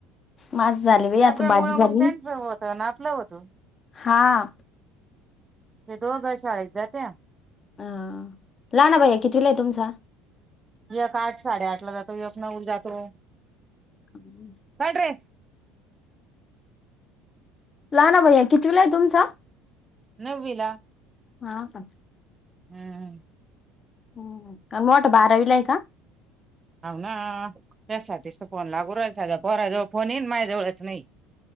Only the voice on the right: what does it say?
डब्यामुळे
मग त्यांच होत नापलं होत.
ते दोघं अघा शाळेत जात्या.
एक आठ साडेआठ ला जातो एकक नऊ जातो.
काय रे
नव्वीला..
हम्म हम्म...
ह त्यासाठीच त फोन लागू रायला पोराजवळ फोन आहे माझजवळच नाही.